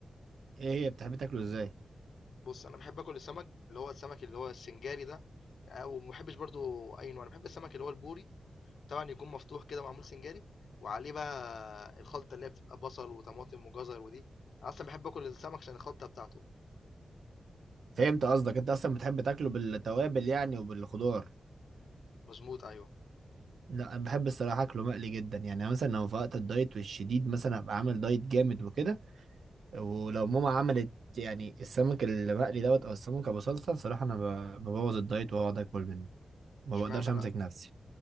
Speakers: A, on the right; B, on the left.
A: ايه هي بتحب تاكله ازاي
B: بص انا بحب اكل السمك اللي هو السمك اللي هو السنجاري ده آه، وما بحبش برضو اي نوع انا بحب السمك اللي هو البوري طبعا يكون مفتوح كده معمول سنجاري وعليه بقى الخلطة اللي هي بتبقى بصل وطماطم وجزر ودي انا اصلا بحب اكل السمك عشان الخلطة بتاعته
A: فهمت قصدك انت اصلا بتحب تاكله بالتوابل يعني وبالخضار
B: مظبوط ايوه
A: لا انا بحب الصراحه اكله مقلي جدا يعني أنا مثلا لو في وقت الدايت والشديد مثلا ابقى عامل دايت جامد وكده ولو ماما عملت يعني السمك المقلي دوت او السمك ابو صلصه صراحه انا ب- ببوظ الدايت واقعد اكل منه ما
B: اشمعنى
A: بقدرش امسك
B: بقى
A: نفسي